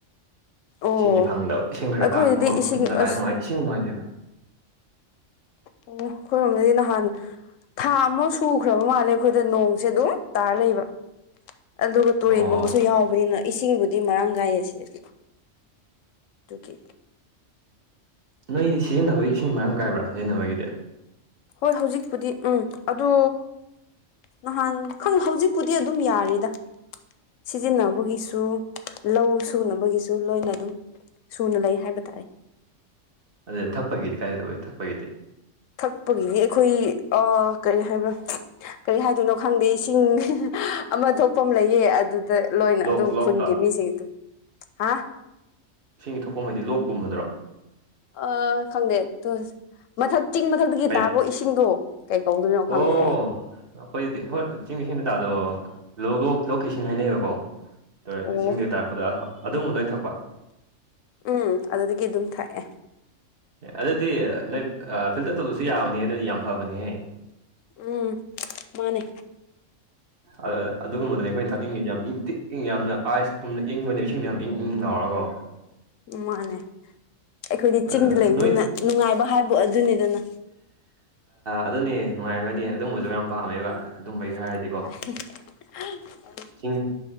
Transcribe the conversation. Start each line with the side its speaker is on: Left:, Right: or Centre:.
Left: ꯑꯣ
Right: ꯏꯁꯤꯡꯒꯤ ꯐꯪꯗꯕ ꯏꯁꯤꯡ ꯈꯔ
Left: ꯑꯩꯈꯣꯏꯗꯗꯤ
Right: ꯇꯥꯛ ꯑꯃ ꯃꯐꯝꯗ
Left: ꯏꯁꯤꯡ
Right: ꯖꯒꯥ
Left: ꯑꯁ
Right: ꯌꯥꯝ ꯅꯨꯡꯉꯥꯏ ꯏꯁꯤꯡ ꯅꯨꯡꯉꯥꯏꯇꯦꯗ
Left: ꯑꯣ ꯑꯩꯈꯣꯏꯔꯣꯝꯗꯗꯤ ꯅꯍꯥꯟ ꯊꯥ ꯑꯃ ꯁꯨꯈ꯭ꯔꯕ ꯃꯥꯜꯂꯦ ꯑꯩꯈꯣꯏꯗ ꯅꯣꯡꯁꯦ ꯑꯗꯨꯝ ꯇꯥꯔ ꯂꯩꯕ ꯑꯗꯨꯒ ꯇꯨꯔꯦꯟꯒꯨꯝꯕꯁꯨ
Right: ꯑꯣ
Left: ꯌꯥꯎꯕꯅꯤꯅ ꯏꯁꯤꯡꯕꯨꯗꯤ ꯃꯔꯥꯡ ꯀꯥꯏꯌꯦ ꯁꯤꯗꯗꯤ ꯑꯗꯨꯒꯤ
Right: ꯅꯣꯏꯗꯤ ꯁꯤꯖꯤꯟꯅꯕꯒꯤ ꯏꯁꯤꯡ ꯃꯔꯥꯡ ꯀꯥꯏꯕ꯭ꯔꯥ ꯁꯤꯖꯤꯟꯅꯕꯒꯤꯗꯤ
Left: ꯍꯣꯏ ꯍꯧꯖꯤꯛꯄꯨꯗꯤ ꯎꯝ ꯑꯗꯨ ꯉꯍꯥꯟ ꯈꯪ ꯍꯧꯖꯤꯛꯄꯨꯗꯤ ꯑꯗꯨꯝ ꯌꯥꯔꯤꯗ ꯁꯤꯖꯤꯟꯅꯕꯒꯤꯁꯨ ꯂꯧ ꯁꯨꯅꯕꯒꯤꯁꯨ ꯂꯣꯏꯅ ꯑꯗꯨꯝ ꯁꯨꯅ ꯂꯩ ꯍꯥꯏꯕ ꯇꯥꯔꯦ
Right: ꯑꯗꯨꯗ ꯊꯛꯄꯒꯤꯗꯤ ꯀꯥꯏꯗ ꯇꯧꯋꯤ ꯊꯛꯄꯒꯤꯗꯤ
Left: ꯊꯛꯄꯒꯤꯗꯤ ꯑꯩꯈꯣꯏ ꯑ ꯀꯔꯤ ꯍꯥꯏꯕ꯭ꯔꯥ ꯀꯔꯤ ꯍꯥꯏꯗꯣꯏꯅꯣ ꯈꯪꯗꯦ ꯏꯁꯤꯡ ꯑꯃ ꯊꯣꯛꯐꯝ ꯑꯃ ꯂꯩꯌꯦ ꯑꯗꯨ ꯂꯣꯏꯅ
Right: ꯂꯣꯛ
Left: ꯑꯗꯨꯝ
Right: ꯂꯣꯛꯇ
Left: ꯈꯨꯟꯒꯤ ꯃꯤꯁꯤꯡꯗꯨ ꯍꯥ
Right: ꯏꯁꯤꯡꯒꯤ ꯊꯣꯛꯐꯝ ꯍꯥꯏꯗꯤ ꯂꯣꯛꯀꯨꯝꯕꯗ꯭ꯔꯣ
Left: ꯑ ꯈꯪꯗꯦ ꯇ ꯃꯊꯛ ꯆꯤꯡ ꯃꯊꯛꯇꯒꯤ
Right: ꯄꯥꯏꯞ
Left: ꯇꯥꯕꯣ ꯏꯁꯤꯡꯗꯣ ꯀꯩ ꯀꯧꯗꯣꯏꯅꯣ ꯈꯪꯗꯦ
Right: ꯑꯣ
Left: ꯑꯩ
Right: ꯑꯩꯈꯣꯏꯗꯤ ꯍꯣꯏ ꯆꯤꯡ ꯏꯁꯤꯡꯗꯣ ꯇꯥꯗꯣꯑꯣ ꯂꯣꯀꯦꯁꯟ ꯍꯥꯏꯅꯩꯌꯦꯕꯀꯣ ꯇ
Left: ꯑꯣ
Right: ꯆꯤꯡꯗ ꯇꯥꯣ ꯑꯗꯨꯒꯨꯝꯕꯗ ꯑꯩꯅ ꯊꯄ
Left: ꯎꯝ ꯑꯗꯨꯗꯒꯤ ꯑꯗꯨꯝ ꯊꯛꯑꯦ
Right: ꯑꯦ ꯑꯗꯨꯗꯤ ꯅꯣꯏ ꯐꯤꯜꯇꯔ ꯇꯧꯕꯁꯨ ꯌꯥꯕꯅꯤ ꯑꯗꯨꯗꯤ ꯌꯥꯝ ꯐꯕꯅꯤꯍꯦ
Left: ꯎꯝ ꯃꯥꯅꯦ
Right: ꯑ ꯑꯗꯨꯒꯨꯝꯕꯗꯨꯅꯦ ꯑꯩꯈꯣꯏꯅ ꯊꯛꯅꯤꯡꯉꯤꯁꯦ ꯌꯥꯝ ꯏꯪ ꯇꯤꯛ ꯏꯪ ꯌꯥꯝꯅ ꯑꯥꯏꯁꯀꯨꯝꯅ ꯏꯪꯕꯅꯦ ꯏꯁꯤꯡꯗꯣ ꯌꯥꯝ ꯏꯪ ꯏꯪ ꯂꯥꯎꯔꯒꯣ
Left: ꯎ ꯃꯥꯅꯦ ꯑꯩꯈꯣꯏꯗꯤ ꯆꯤꯡꯗ
Right: ꯑ
Left: ꯂꯩꯕꯅꯤꯅ
Right: ꯅꯣꯏ
Left: ꯅꯨꯡꯉꯥꯏꯕ ꯍꯥꯏꯕ ꯑꯗꯨꯅꯤꯗꯅ
Right: ꯑꯗꯨꯅꯦ ꯅꯨꯡꯉꯥꯏꯔꯝꯒꯅꯤ ꯑꯗꯨꯝꯕꯁꯨ ꯌꯥꯝ ꯄꯥꯝꯃꯦꯕ
Left: ꯎꯝ
Right: ꯑꯗꯨꯝꯕꯒꯤ ꯍꯥꯏꯔꯗꯤ
Left: <inaudible>
Right: ꯆꯤꯡ